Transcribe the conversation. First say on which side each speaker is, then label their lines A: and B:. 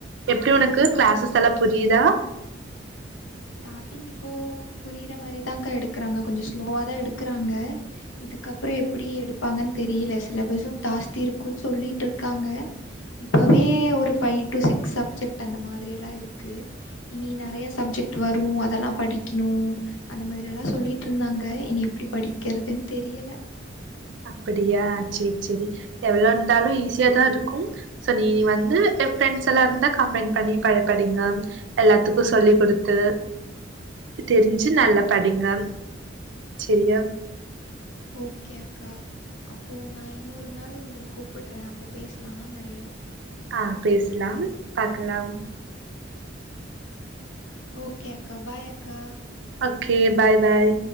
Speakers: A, on the right; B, on the left.
A: எப்டி ஒனக்கு க்ளாஸஸ்ஸெல்லா
B: ஆ
A: புரியுதா
B: ஸ்டாட்டிங் இப்போ புரியிற மாரிதாக்கா எடுக்குறாங்க கொஞ்சொ ஸ்லோவா தா எடுக்குறாங்க இதுக்கப்பறோ எப்டி எடுப்பாங்கன் தெரியல சிலபஸும் தாஸ்தி இருக்குன்னு சொல்லீட்ருக்காங்க இப்பவே ஒரு ஃபை டு சிக்ஸ் சப்ஜெக்ட் அந்த மாதிரி எல்லா இருக்கு இனி நறைய சப்ஜெக்ட்டு வரு அதல்லா படிக்ணு அந்த மாதிரி எல்லா சொல்லீட்ருந்தாங்க இனி எப்டி படிக்கறதுன் தெரியல
A: அப்பிடியா சேர் செரி எவ்ளோ இருந்தாலு ஈஸியா தா இருக்கு சோ நீ வந்து என் ஃப்ரெண்ட்ஸ் எல்லா இருந்தா கம்பைண் பண்ணி ப படிங்க எல்லாத்துக்கு சொல்லி குடுத்து தெரிஞ்சு நல்லா படிங்க செரியா
B: ஓகே அக்கா அப்போ நா இன்னொரு நாள் உங்களுக்கு கூப்புடுறே அப்போ பேசலா நறையா
A: ஆ பேசலாம் பாக்கலாம்
B: ஓகே அக்கா பாய் அக்கா
A: ஓகே பாய் பாய்